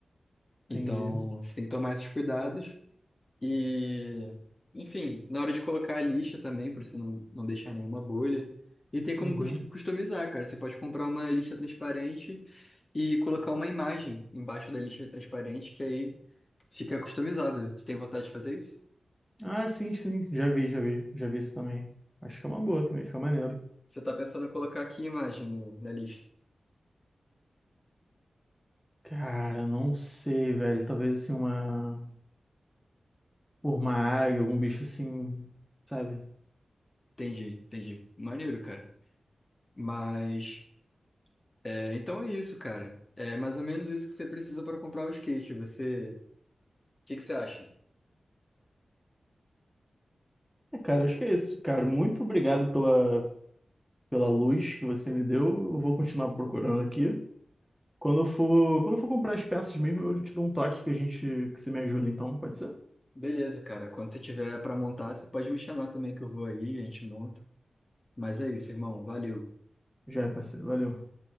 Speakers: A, on the left (about 30°); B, in the centre.
A: Então,
B: entendi.
A: você tem que tomar esses cuidados. E, enfim, na hora de colocar a lixa também, para você não, não deixar nenhuma bolha. E tem como
B: Uhum.
A: cus- customizar, cara. Você pode comprar uma lixa transparente e colocar uma imagem embaixo da lixa transparente, que aí fica customizado. Tu tem vontade de fazer isso?
B: Ah, sim, sim. Já vi, já vi. Já vi isso também. Acho que é uma boa também, fica maneiro.
A: Você tá pensando em colocar aqui, imagem no- na lista?
B: Cara, eu não sei, velho. Talvez assim uma. Por uma águia, algum bicho assim, sabe?
A: Entendi, entendi. Maneiro, cara. Mas, é, então é isso, cara. É mais ou menos isso que você precisa para comprar o skate. Você, o que que você acha?
B: É, cara, acho que é isso, cara. Muito obrigado pela, pela luz que você me deu. Eu vou continuar procurando aqui. Quando eu for, quando eu for comprar as peças mesmo, eu te dou um toque que a gente que você me ajuda, então, pode ser?
A: Beleza, cara. Quando você tiver para montar, você pode me chamar também que eu vou aí, a gente monta. Mas é isso, irmão. Valeu.
B: Já é, parceiro. Valeu.